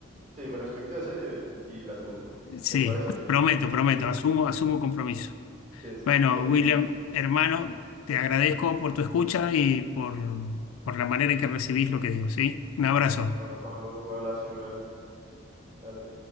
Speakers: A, on the right; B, on the left.
A: Sí, me respecté la serie y la tuya,
B: Sí,
A: me parece bien.
B: prometo, prometo,
A: Es-
B: asumo, asumo compromiso.
A: sí, sí,
B: Bueno,
A: bien,
B: William,
A: bien.
B: hermano, te agradezco por tu escucha y por, por la manera en que recibís lo que digo, ¿sí? Un abrazo.
A: Bueno, Pablo, un abrazo igual, dale.